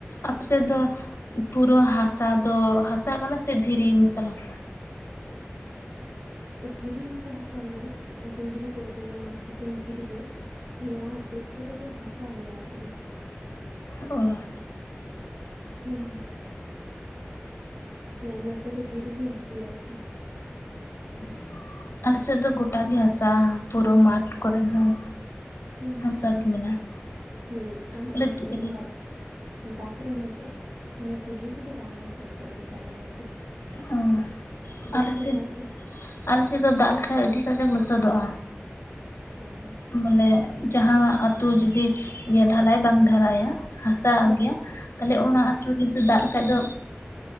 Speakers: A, on the right; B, on the left.
A: ᱦᱳᱭ
B: ᱟᱯᱮ ᱥᱮᱫ ᱫᱚ ᱯᱩᱨᱟᱹ ᱦᱟᱥᱟ ᱫᱚ ᱦᱟᱥᱟ ᱠᱟᱱᱟ ᱥᱮ ᱫᱷᱤᱨᱤ ᱢᱮᱥᱟᱞ ᱦᱟᱥᱟ
A: ᱫᱷᱤᱨᱤ ᱢᱮᱥᱟ ᱦᱟᱥᱟ ᱢᱟᱱᱮ ᱰᱩᱝᱨᱤ ᱠᱚᱨᱮ ᱫᱚ ᱡᱮᱢᱚᱱ ᱮᱠᱮᱱ ᱫᱷᱤᱨᱤ ᱜᱮ ᱱᱚᱣᱟ ᱵᱟᱹᱫᱽ ᱠᱚᱨᱮ ᱫᱚ ᱦᱟᱥᱟ ᱜᱮᱭᱟ ᱟᱨᱠᱤ
B: ᱚ
A: ᱦᱳᱭ ᱱᱮ ᱱᱚᱛᱮ ᱫᱚ ᱫᱷᱤᱨᱤ ᱜᱮ ᱵᱮᱥᱤᱭᱟ ᱟᱨᱠᱤ
B: <inaudible> ᱟᱞᱮ ᱥᱮᱫ ᱫᱚ ᱜᱚᱴᱟ ᱜᱮ ᱦᱟᱥᱟ ᱯᱩᱨᱟᱹ ᱢᱟᱴᱷ ᱠᱚᱨᱮ ᱦᱚᱸ
A: <inaudible> <unintelligible>
B: ᱦᱟᱥᱟ ᱜᱮ ᱢᱮᱱᱟᱜᱼᱟ
A: ᱢᱟᱱᱮ
B: ᱟᱞᱮ ᱫᱷᱤᱨᱤ
A: ᱱᱚᱝᱠᱟ ᱫᱟᱜ ᱨᱮᱦᱚᱸᱭ ᱡᱮ ᱢᱟᱱᱮ ᱠᱩᱞᱦᱤ ᱠᱚᱫᱚ ᱵᱟᱝ ᱞᱚᱥᱚᱫᱚᱜ ᱜᱮᱛᱟ ᱞᱮᱭᱟ ᱟᱨᱠᱤ
B: ᱦᱳᱭ
A: ᱫᱷᱤᱨᱤ
B: <inaudible> ᱟᱞᱮ
A: ᱠᱚ
B: ᱥᱮᱫᱼᱟᱞᱮ
A: ᱦᱮᱱᱟᱜ ᱟᱥᱮ
B: ᱥᱮᱫ ᱫᱚ ᱫᱟᱜ ᱞᱮᱠᱷᱟᱡ ᱟᱹᱰᱤ ᱠᱟᱡᱟᱠ ᱞᱚᱥᱚᱫᱚᱜᱼᱟ᱾
A: <unintelligible>
B: ᱵᱚᱞᱮ ᱡᱟᱦᱟᱸ ᱟᱹᱛᱳ ᱡᱩᱫᱤ ᱤᱭᱟᱹ ᱰᱷᱟᱞᱟᱭ ᱵᱟᱝ ᱰᱷᱟᱞᱟᱭᱟ ᱦᱟᱥᱟ
A: ᱦᱮᱸ
B: ᱜᱮᱭᱟ ᱛᱟᱦᱞᱮ ᱚᱱᱟ ᱟᱹᱛᱩ ᱡᱩᱫᱤ ᱫᱟᱜ ᱞᱮᱠᱷᱟᱡ ᱫᱚ